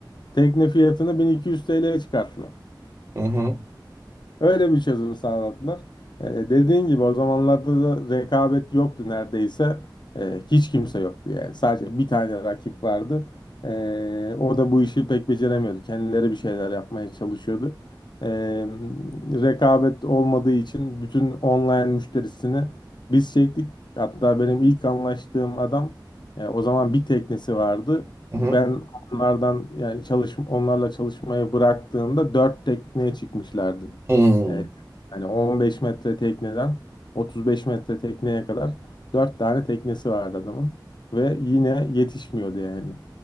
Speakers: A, on the left; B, on the right.
A: tekne fiyatını 1200 TL'ye çıkarttılar.
B: hı.
A: Öyle bir çözüm sağladılar. Ee, dediğin gibi o zamanlarda da rekabet yoktu neredeyse. Ee, hiç kimse yoktu yani. Sadece bir tane rakip vardı. Ee, o da bu işi pek beceremiyordu. Kendileri bir şeyler yapmaya çalışıyordu. Ee, rekabet olmadığı için bütün online müşterisini biz çektik. Hatta benim ilk anlaştığım adam e, o zaman bir teknesi vardı.
B: Hı hı.
A: Ben onlardan yani çalış onlarla çalışmayı bıraktığımda dört tekneye çıkmışlardı.
B: Hmm.
A: E, hani 15 metre tekneden 35 metre tekneye kadar 4 tane teknesi vardı adamın. Ve yine yetişmiyordu yani.